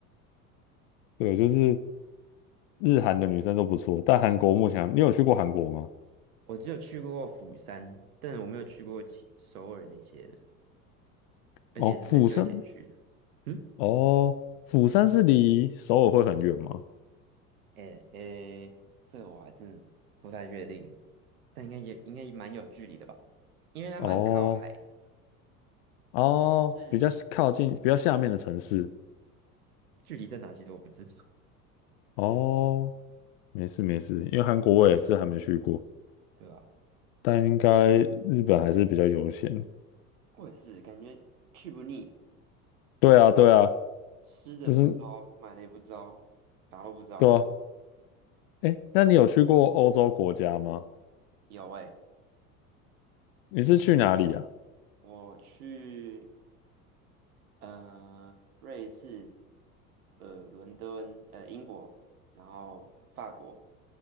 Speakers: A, on the left; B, on the right.
A: 对，就是日韩的女生都不错，但韩国目前还你有去过韩国吗？
B: 我只有去过釜山，但我没有去过其首尔那些的。而且是很久以前去的。
A: 哦，釜山。
B: 嗯，
A: 哦，釜山是离首尔会很远吗？
B: 诶诶，这我还真的不太确定，但应该也应该蛮有距离的吧，因为它蛮靠海的，
A: 哦哦，
B: 是，
A: 比较靠近，比较下面的城市。
B: 对，距离在哪其实我不知道，
A: 哦，没事没事，因为韩国我也是还没去过，
B: 对吧？
A: 但应该日本还是比较优先。
B: 我也是感觉去不腻，
A: 对啊对啊，
B: 吃的不糟，
A: 就是
B: 买的也不糟，啥都不糟。
A: 对啊。哎，那你有去过欧洲国家吗？
B: 有诶，
A: 你是去哪里啊？
B: 我去呃瑞士、呃伦敦、呃英国，然后法国